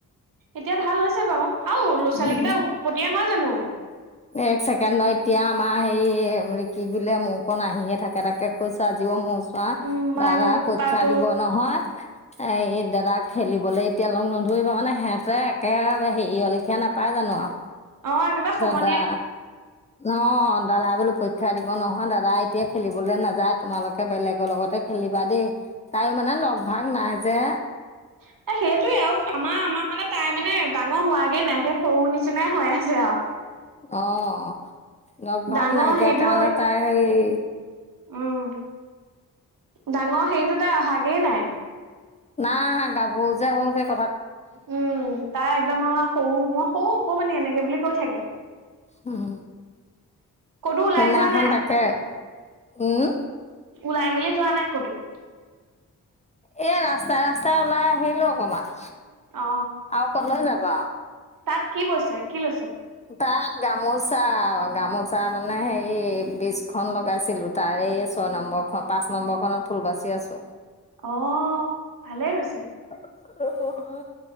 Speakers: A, on the right; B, on the left.
A: এতিয়া ভাল হৈছে বাৰু, আউ ল'ৰা ছোৱালী
B: উম।
A: কেইটা উৎপটীয়া হয় জানো।
B: এক ছেকেণ্ড ন এতিয়া আমাৰ হে ৰিকি বোলে মোৰকণ আহিয়ে থাকে তাকে কৈছো আজিও মোৰ ৱা
A: ইমান
B: দাদা
A: উৎপাত
B: পৰীক্ষা দিব নহয়। এ দাদাক খেলিবলৈ এতিয়া লগ নধৰিবা, মানে সিহঁতে একে হেৰি লিখীয়া নাপায় জানো আ
A: অ একেবাৰে সময়
B: যা ন দাদা বোলো পৰীক্ষা দিব নহয় দাদা এতিয়া খেলিবলে নাযায় তোমালোকে বেলেগৰ লগতে খেলিবা দেই, তাই মানে লগ ভাগ নাই যে।
A: <inaudible> সেইটোয়ে আৰু আমাৰ-আমাৰ মানে তাই মানে ডাঙৰ হোৱাগে নাই সেই সৰু নিচিনাই হৈ আছে আৰু।
B: অ', লগ-ভাগ
A: ডাঙৰ
B: নাইকিয়া
A: সেইটো
B: কাৰণে তাই সেই
A: উম। ডাঙৰ হেৰিটোতে অহাগেই নাই।
B: না হা গাভৰুজা হ'ল খ
A: উম, তাই একদম আৰু সৰু মই সৰু অকণমানি এনেকে বুলি কৈ থাকে।
B: উম।
A: ক'তো ওলাই
B: সেইদিনাখন
A: যোৱা নাই
B: তাকে, উম
A: ওলাই মেলি যোৱা নাই ক'তো?
B: এ ৰাস্তাই-ৰাস্তাই ওলাই আহিলো অকমান।
A: অ
B: আৰু কলৈ যাবা?
A: তাত কি বৈছে, কি লৈছে?
B: তাত গামোচা, গামোচা মানে হেৰি বিছখন লগাইছিলো তাৰে আছ ছয় নম্বৰ খ, পাঁচ নম্বৰ খনৰ ফুল বাচি আছো।
A: অ', ভালেই হৈছে।
B: <inaudible>